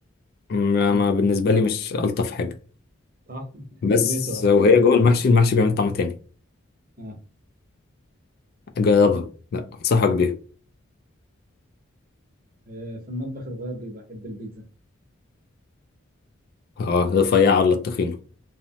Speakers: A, on the left; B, on the right.
A: ما
B: مم.
A: ما بالنسبة لي مش ألطف حاجة
B: صح <laughs>
A: بس
B: كبرت وعقلت
A: وهي جوه المحشي المحشي بيعمل طعم تاني
B: آه.
A: جربها لا أنصحك بيها
B: آه، في المطبخ الغربي بحب البيتزا
A: اه رفيعة ولا التخينة